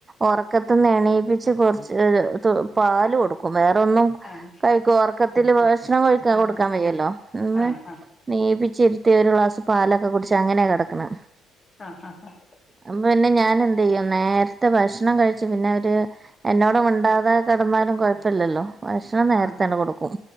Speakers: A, on the right; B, on the left.
A: ഉറക്കത്തിന്ന് എണീപ്പ ച്ച് കൊറച്ച് പാല് കൊടുക്കും വേറൊ ന്നും
B: ആഹ്
A: കഴിക്കും ഉറക്കത്തിൽ ഭക്ഷണം കഴിക്ക
B: ആഹ്
A: കൊടുക്കാൻ വയ്യല്ലോ ഉന്ന്
B: ആഹ് ആഹ്
A: നീപിച്ചിരുത്തി ഒരു ഗ്ലാസ് പാലൊക്കെ കുടിച്ച് അങ്ങനെ കിടക്ക്ണെ
B: ആഹ് ആഹ് ആഹ്
A: അപ്പം പിന്നെ ഞാൻ എന്തെയ്യും നേരത്തെ ഭക്ഷണം കഴിച്ചു പിന്നെവ ര് എന്നോട് മിണ്ടാതെ കിടന്നാലും കുഴപ്പല്ലല്ലോ ഭക്ഷ ഭക്ഷണം നേരത്ത
B: ആഹ്
A: കൊടുക്കും